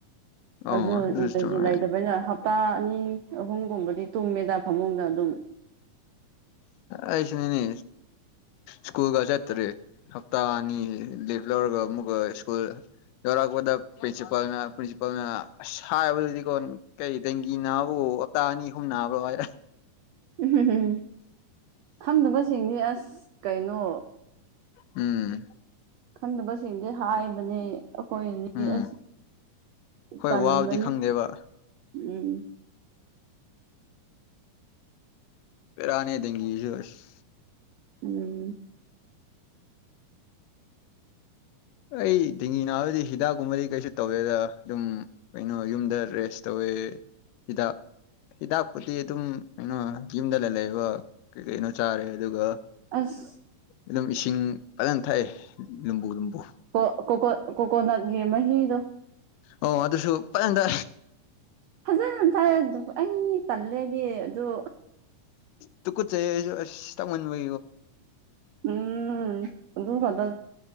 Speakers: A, on the left; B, on the right.
A: ꯑꯣ
B: ꯑꯗꯨ
A: ꯑꯗꯨꯁꯨ
B: ꯏꯅꯔꯖꯤ
A: ꯆꯨꯝꯃꯦ
B: ꯂꯩꯇꯕꯅ ꯍꯞ ꯇꯥ ꯑꯅꯤ ꯑꯍꯨꯝꯒꯨꯝꯕꯗꯤ ꯇꯨꯝꯃꯦꯗ ꯐꯃꯨꯡꯗ ꯑꯗꯨꯝ
A: ꯑꯩꯁꯨꯅꯤꯅꯦ ꯁ꯭ꯀꯨꯜꯒ ꯆꯠꯇ꯭ꯔꯦ ꯍꯞꯇꯥ ꯑꯅꯤ ꯂꯤꯞ ꯂꯧꯔꯒ ꯑꯃꯨꯛ ꯁ꯭ꯀꯨꯜ ꯌꯧꯔꯛꯄꯗ ꯄ꯭ꯔꯤꯟꯁꯤꯄꯥꯜꯅ ꯄ꯭ꯔꯤꯟꯁꯤꯄꯥꯜꯅ ꯑꯁ ꯍꯥꯏꯕꯗꯨꯗꯤ ꯀꯣ ꯀꯩ ꯗꯦꯡꯒꯤꯅꯥꯕꯎ ꯇ ꯑꯅꯤ ꯍꯨꯝ ꯅꯥꯕꯔꯣ ꯍꯥꯏꯔ
B: ꯎꯝ ꯎꯝ ꯈꯪꯗꯕꯁꯤꯡꯗꯤ ꯑꯁ ꯀꯩꯅꯣ
A: ꯎꯝ
B: ꯈꯪꯗꯕꯁꯤꯡꯗꯤ ꯍꯥꯏꯕꯅꯦ ꯈꯣꯏꯅꯤ
A: ꯎꯝ ꯍꯣꯏ
B: ꯀꯟꯕꯅꯤ
A: ꯋꯥꯕꯗꯤ ꯈꯪꯗꯦꯕ
B: ꯎꯝ
A: ꯐꯔ ꯑꯅꯦ ꯗꯒꯦꯁꯨꯕꯁ
B: ꯎꯝ
A: ꯑꯩ ꯗꯦꯡꯒꯤ ꯅꯥꯕꯗꯤ ꯍꯤꯗꯥꯛꯀꯨꯝꯕꯗꯤ ꯀꯩꯁꯨ ꯇꯧꯋꯦꯗ ꯑꯗꯨꯝ ꯀꯩꯅꯣ ꯌꯨꯝꯗ ꯔꯦꯁ ꯇꯧꯋꯦ ꯏꯗ ꯍꯤꯗꯥꯛꯄꯨꯗꯤꯤ ꯑꯗꯨꯝ ꯀꯩꯅꯣ ꯌꯨꯝꯗꯅ ꯂꯩꯕ ꯀꯩ ꯀꯩꯅꯣ ꯆꯥꯔꯦ ꯑꯗꯨꯒ
B: ꯑꯁ
A: ꯑꯗꯨꯝ ꯏꯁꯤꯡ ꯐꯖꯪ ꯊꯛꯑꯦ ꯂꯨꯝꯕꯨ ꯂꯨꯝꯕꯨ
B: ꯀ ꯀꯣꯀꯣ ꯀꯣꯀꯣꯅꯠꯒꯤ ꯃꯍꯗ
A: ꯑꯣ ꯑꯗꯨꯁꯨ ꯐ ꯇꯦ
B: ꯐꯖ ꯇꯥꯏ ꯑꯗꯨ ꯑꯩ ꯇꯜꯂꯦꯗꯤ ꯑꯗꯨ
A: ꯇꯨ ꯀ ꯆꯁꯨ ꯑꯁ ꯃꯟꯕ
B: ꯎꯝ ꯑꯗꯨ ꯈꯗ